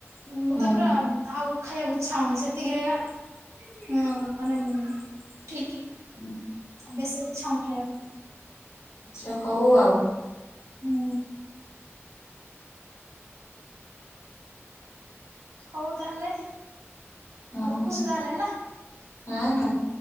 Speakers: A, on the right; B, on the left.
A: ଉଁ ମତେ
B: ହୁଁ।
A: ପୁରା ଆଉ। ଖାଇବାକୁ ଇଚ୍ଛା ହଉନି ସେତିକି ରେ ଏକା ହୁଁ ମାନେ ଠିକି।
B: ଉଁ।
A: ବେଶୀ ଇଚ୍ଛା ହଉନି ଖାଇବା ପାଇଁ।
B: ଆଚ୍ଛା ହଉ ଆଉ।
A: ହୁଁ। ହଉ ତାହେଲେ
B: ହଁ
A: ରଖୁଚି ତାହେଲେ ହେଲା।
B: ହଁ ହଁ।